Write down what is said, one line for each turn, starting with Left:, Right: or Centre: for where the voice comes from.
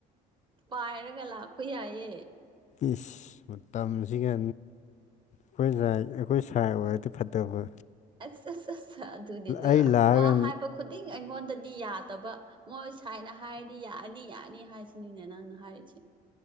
Right: ꯄꯥꯏꯔꯒ ꯂꯥꯛꯄ ꯌꯥꯏꯌꯦ
Left: ꯏꯁꯤꯁ ꯃꯇꯝꯁꯤꯒ ꯑꯩꯈꯣꯏ ꯉ ꯑꯩꯈꯣꯏ ꯁꯥꯥꯏ ꯑꯣꯏꯔꯗꯤ ꯐꯠꯇꯕ
Right: ꯑꯁ ꯑꯁ ꯑꯁ ꯑꯗꯨꯅꯤꯗ
Left: ꯑꯩ ꯂꯥꯛꯑꯒ
Right: ꯋꯥ ꯍꯥꯏꯕ ꯈꯨꯗꯤꯡ ꯑꯩꯉꯣꯟꯗꯗꯤ ꯌꯥꯗꯕ ꯃꯣꯏ ꯁꯥꯏꯅ ꯍꯥꯏꯔꯗꯤ ꯌꯥꯅꯤ ꯌꯥꯅꯤ ꯍꯥꯏꯁꯤꯅꯤꯅꯦ ꯅꯪꯅ ꯍꯥꯏꯔꯤꯁꯦ